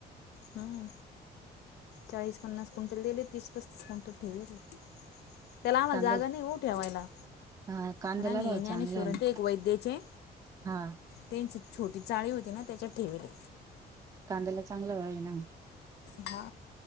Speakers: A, on the left; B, on the right.
A: हम्म चाळीस पन्नास क्विंटल दिले तीस पस्तीस क्विंटल ठेवेल. त्याला आमला
B: कांद्याला
A: जागा नाही होऊ ठेवायला.
B: हा कांद्याला
A: पण मी
B: भाव
A: येणे
B: चांगला
A: आणि शरणचे
B: आहे ना
A: एक वैद्याचे.
B: हा
A: त्यांची छोटी चाळी होती ना त्याच्यात ठेलेली.
B: कांद्याला चांगला व्हावे ना
A: हा